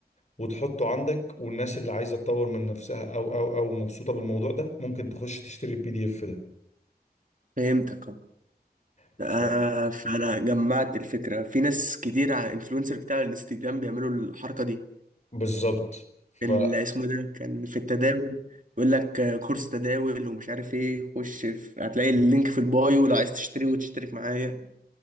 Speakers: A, on the left; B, on the right.
A: وتحطه عندك والناس اللي عايزه تطور من نفسها او او او مبسوطه بالموضوع ده ممكن تخش تشتري البي دي اف ده
B: فهمتك اه
A: ف-
B: آه، فانا جمعت الفكره في ناس كتير على انفلونسر بتاع الانستجرام بيعملوا الحركه دي
A: بالظبط
B: اللي
A: فقول
B: اسمه ده كان في التداول يقول لك آه، كورس تداول ومش عارف ايه خش في هتلاقي اللينك في البايو لو عايز تشتري وتشترك معايا